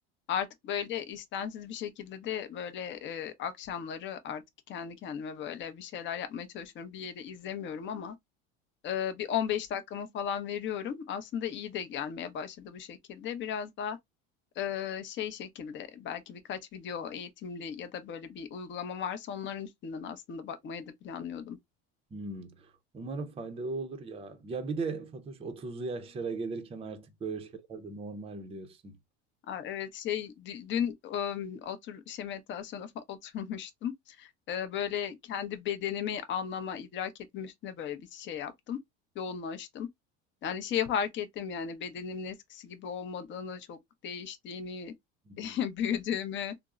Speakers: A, on the left; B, on the right.
A: Artık böyle istensiz bir şekilde de böyle e, akşamları artık kendi kendime böyle bir şeyler yapmaya çalışıyorum. Bir yeri izlemiyorum ama e, bir 15 dakikamı falan veriyorum. Aslında iyi de gelmeye başladı bu şekilde. Biraz daha e, şey şekilde belki birkaç video eğitimli ya da böyle bir uygulama varsa onların üstünden aslında bakmayı da planlıyordum.
B: Hmm. Umarım faydalı olur ya. Ya bir de Fatoş 30'lu yaşlara gelirken artık böyle şeyler de normal biliyorsun.
A: Aa, evet şey dü- dün e, otur şey meditasyona fa- <laughs> oturmuştum. Eee, böyle kendi bedenimi anlama, idrak etme üstüne böyle bir şey yaptım. Yoğunlaştım. Yani şeyi fark ettim yani bedenimin eskisi gibi olmadığını, çok değiştiğini,
B: <laughs>
A: <laughs> büyüdüğümü